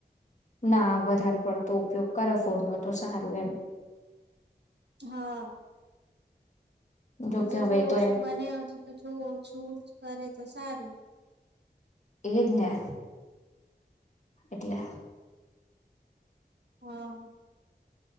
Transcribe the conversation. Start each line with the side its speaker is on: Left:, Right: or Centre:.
Left: ના વધારે પડતો ઉપયોગ કરો ફોન નો તો સારું એમ.
Right: હા.
Left: જોકે
Right: જેટલું
Left: હવે તો
Right: ઓછું
Left: એમ
Right: બને એટલું યુઝ કરે તો સારું.
Left: એજ ને એટલે
Right: હા.